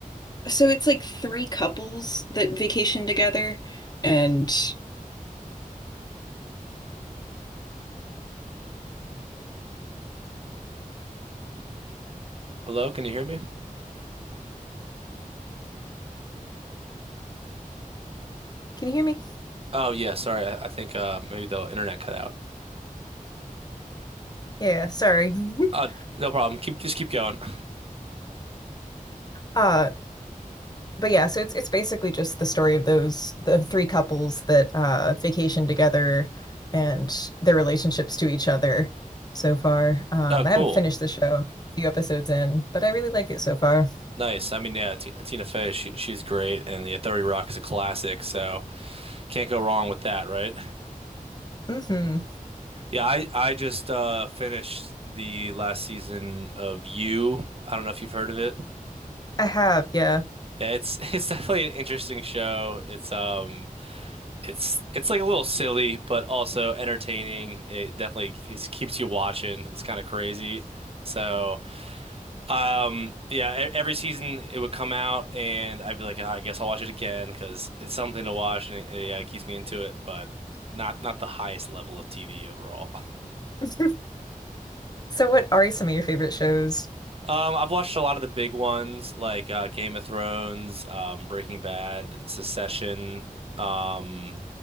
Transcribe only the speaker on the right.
Hello, can you hear me?
Oh yeah, sorry. I, I think uh maybe the internet cut out.
Uh, no problem. Keep just keep going. <laughs>
Oh, cool.
Nice. I mean, yeah, T Tina Fey, she, she's great, and yeah, 30 Rock is a classic, so can't go wrong with that, right?
Yeah, I I just uh finished the last season of You. I don't know if you've heard of it.
Yeah, it's <laughs> it's definitely an interesting show. It's um it's it's like a little silly, but also entertaining. It definitely keeps keeps you watching. It's kind of crazy. So. Um, yeah, e- every season it would come out, and I'd be like, "Ah, I guess I'll watch it again because it's something to watch, and it, it, yeah, it keeps me into it. But not not the highest level of TV overall. <laughs>
Um, I've watched a lot of the big ones like uh, Game of Thrones, um, Breaking Bad, Succession. Um,